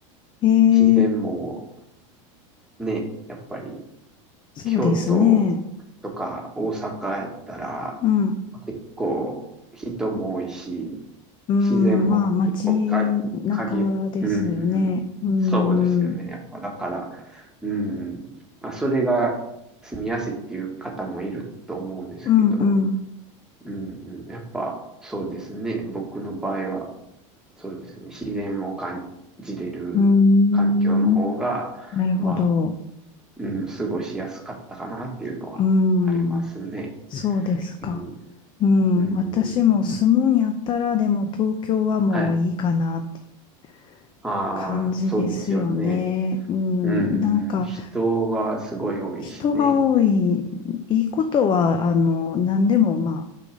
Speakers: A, on the left; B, in the centre.
A: ええ、
B: 自然もね、やっぱり
A: そうですね。
B: 京都とか大阪やったら
A: うん、う
B: 結構人も多いし、
A: ーん、
B: 自然も結構か、
A: まあ、街中ですよね。
B: 限うんうん。
A: うん、
B: そうですよね。
A: うん、
B: やっぱだから、うん。まあ、それが住みやすいっていう方もいると思うんですけど、
A: うん、うん、
B: うんうん。やっぱそうですね。僕の場合は、そうですね。自然を感じれる環境の方が、
A: うーんなるほど。
B: まあ、うん、過ごしやすかったかなっていうのはありますね。
A: うーん、そうですか。
B: うん、
A: うん、
B: うん、
A: 私も住むんやったら、でも東京はもういいかなっていう
B: はい。ああ、
A: 感じですよね。
B: そうですよね。
A: うん、
B: うん、
A: なんか、
B: うん、人がすごい多いしね。
A: 人が多い、いいことは、あの、何でも、ま